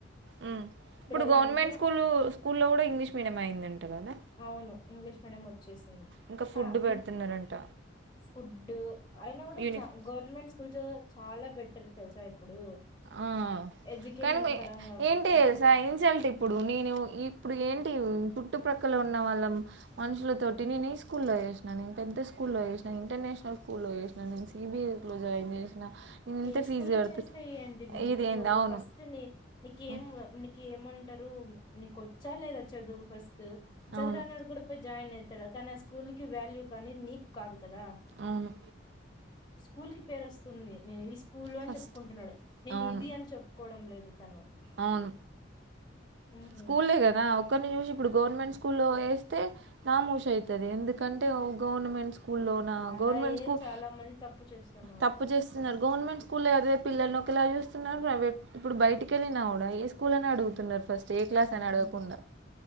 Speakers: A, on the right; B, on the left.
A: ఉ ఇప్పుడు
B: ఎలా
A: గవర్నమెంట్
B: అంటే
A: స్కూల్ స్కూల్లో కూడా ఇంగ్లీష్ మీడియం అయ్యిందంట కదా
B: అవును ఇంగ్లీష్ మీడియం వచ్చేసింది
A: ఇంకా ఫుడ్
B: ఆ
A: పెడుతున్నారంట
B: ఇం ఫుడ్ అయినా కూడా
A: యూనిఫ్
B: చ గవర్నమెంట్ స్కూల్స్ చాలా బెటర్ తెలుసా ఇప్పుడు
A: ఆ
B: ఎడ్యుకేషన్
A: కానీ
B: పరంగా
A: ఏంటి
B: పోతే
A: స ఇన్సల్ట్ ఇప్పుడు నేను ఇప్పుడు ఏంటి చుట్టు పక్కల ఉన్న వాళ్ళ మనుషుల తోటి నేను ఈ స్కూల్లో చేసిన నేను పెద్ద స్కూల్లో లో చేసిన ఇంటర్నేషనల్ స్కూలో చేసిన నేను సిబిఎస్ లో జాయిన్ చేసిన నేను ఇంత
B: ఏ స్కూల్లో
A: ఫీజు కడుతున్నా
B: చేస్తే ఏంటి నువ్వు
A: ఇది ఏంది
B: నువ్వు
A: అవును
B: ఫస్ట్ నీ నీకేం
A: ఉమ్,
B: నీకి ఏమంటారు నీకొచ్చ లేదా చదువు ఫస్ట్ చదువు
A: అవును
B: రానోడు కూడా పో జాయిన్ అయితడు కానీ ఆ స్కూల్ కి వాల్యూ కానీ నీక్ కాదు కదా
A: అవును
B: స్కూల్ కి పేరు వస్తుంది నేను ఈ స్కూల్ అని
A: ఫస్ట్
B: చెప్పుకుంటున్నాడు నేను
A: అవును
B: ఇది అని చెప్పుకోవడం లేదు తను
A: అవును
B: ఉమ్
A: స్కూల్ కదా ఒక్కరిని చూసి ఇప్పుడు గవర్నమెంట్ స్కూల్లో వేస్తే నామోషి అయితధి ఎందుకంటే ఓ గవర్నమెంట్ స్కూ స్కూల్లోన నా
B: అలాగే
A: గవర్నమెంట్ స్కూల్
B: చాలా మంది తప్పు చేస్తున్నారు
A: తప్పు చేస్తున్నారు గవర్నమెంట్ స్కూల్ ఏదై పిల్లల్ని ఒకలా చూస్తున్నారు ప్రైవేట్ ఇప్పుడు బయటికి వెళ్ళినా కూడా ఏ స్కూల్ అని అడుగుతున్నారు ఫస్ట్ ఏ క్లాస్ అని
B: ఉమ్
A: అడగకుండా